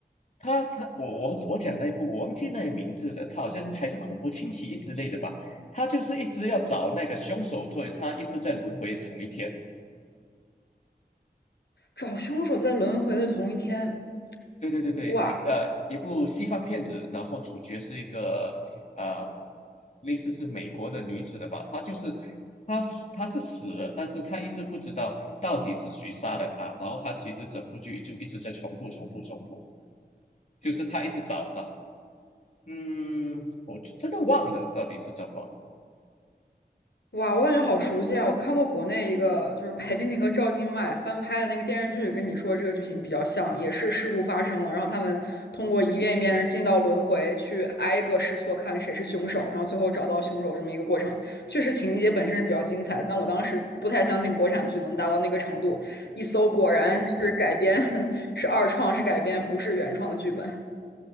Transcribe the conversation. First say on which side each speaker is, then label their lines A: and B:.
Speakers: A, on the left; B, on the left.
A: 他他我我我讲那一部我忘记那个名字了，他好像是还是恐怖侵袭一之类的吧。他就是一直要找那个凶手，作为他一直在轮回同一天。
B: 找凶手在轮回的同一天，
A: 对对对对，
B: 哇，
A: 一呃一部西方片子，然后主角是一个呃类似是美国的女子的吧，她就是她死她是死了，但是她一直不知道到底是谁杀了她，然后她其实整部剧就一直在重复重复重复，就是她一直找的，嗯，我真的忘了到底是怎么。
B: 哇，我感觉好熟悉啊！我看过国内一个就是白敬亭和赵今麦翻拍的那个电视剧，跟你说的这个剧情比较像，也是事故发生了，然后他们通过一遍一遍的进到轮回，去挨个试错看谁是凶手，然后最后找到凶手这么一个过程。确实情节本身是比较精彩的，但我当时不太相信国产剧能达到那个程度，一搜果然是改编，<laughs> 是二创，是改编，不是原创的剧本。